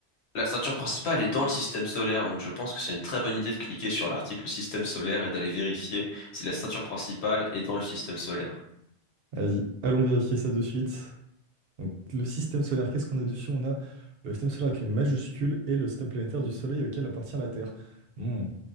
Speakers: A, on the left; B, on the right.
A: La ceinture principale est dans le système solaire, donc je pense que c'est une très bonne idée de cliquer sur l'article système solaire et d'aller vérifier si la ceinture principale est dans le système solaire.
B: Vas-y, allons vérifier ça de suite. Donc, le système solaire, qu'est-ce qu'on a dessus? On a le système solaire avec une majuscule et le système planétaire du Soleil auquel appartient la Terre. Hmm.